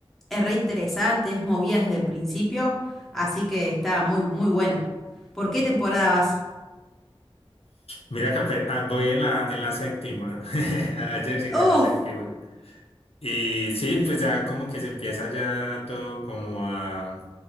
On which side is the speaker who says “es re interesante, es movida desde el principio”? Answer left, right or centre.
Centre